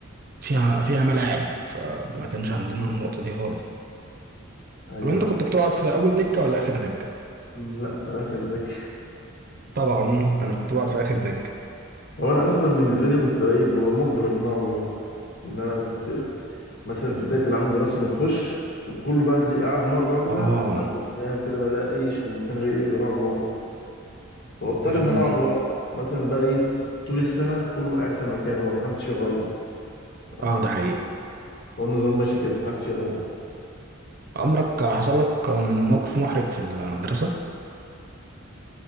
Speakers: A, on the right; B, on the left.
A: فيها فيها ملاعب فما كانش عندنا
B: مم.
A: النقطة دي خالص
B: أيوه
A: طب انت كنت بتقعد في أول دكة ولا آخر دكة؟
B: لا اخر ذكي
A: طبعا أنا كنت بقعد في آخر دكة
B: هو انا اصلا بالنسبه لي كنت ايه ببقى مجبر ان انا اقعد ورا لان انا كنت مثلا في بدايه العمل الدراسي بنخش والكل بقى تلاقيه قاعد مره واحده
A: اه
B: قاعد قدام كده بقى لا ايش المكان غير غير اقعد ورا فاضطر
A: مهم.
B: ان انا اقعد ورا مثلا بقى ايه طول السنه كله قاعد في مكانه بقى محدش يغير هو
A: اه ده حقيقي
B: هو النظام ماشي كده محدش يغير
A: عمرك حصل لك موقف محرج في المدرسة؟